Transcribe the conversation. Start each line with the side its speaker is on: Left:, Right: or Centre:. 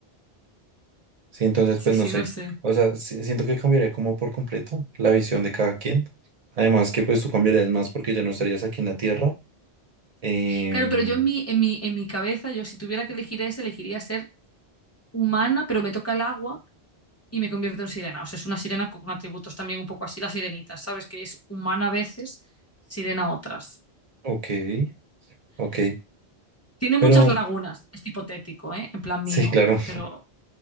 Right: Sí, entonces,
Left: sí,
Right: pues
Left: sí,
Right: no sé.
Left: no sé.
Right: O sea, si- siento que cambiaría como por completo la visión de cada quien. Además que pues tú cambiarías más porque ya no estarías aquí en la tierra. Em,
Left: Claro, pero yo en mi, en mi, en mi cabeza, yo si tuviera que elegir ese, elegiría ser humana, pero me toca el agua y me convierto en sirena. O sea, es una sirena con atributos también un poco así, la sirenita, ¿sabes? Que es humana a veces, sirena a otras.
Right: ok, ok.
Left: Tiene
Right: Pero
Left: muchas lagunas, es hipotético, ¿eh? En plan
Right: sí,
Left: mío,
Right: claro.
Left: pero,